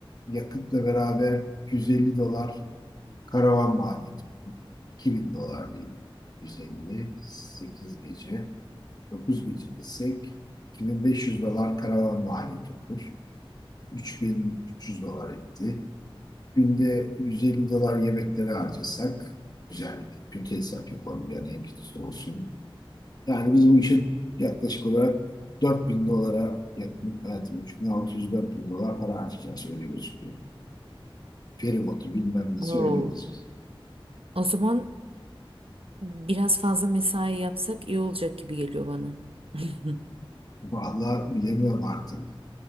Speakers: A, on the left; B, on the right.
A: yakıtla beraber 250 dolar karavan maliyeti olur. 2000 dolar diyeyim. yüz elli sekiz gece. 9 gece desek 2500 dolar karavan maliyeti olur. 3300 dolar etti. Günde 150 dolar yemeklere harcasak güzel. Kötü hesap yapalım yani en kötüsü olsun. Yani biz bu işe yaklaşık olarak 4000 dolara yakın, evet 3600-4000 dolar para harcayacağız öyle gözüküyor. Feribotu bilmem nesi
B: Oo.
A: öyle gözüküyor.
B: O zaman biraz fazla mesai yapsak iyi olacak gibi geliyor bana. <laughs>
A: Vallahi bilemiyorum artık.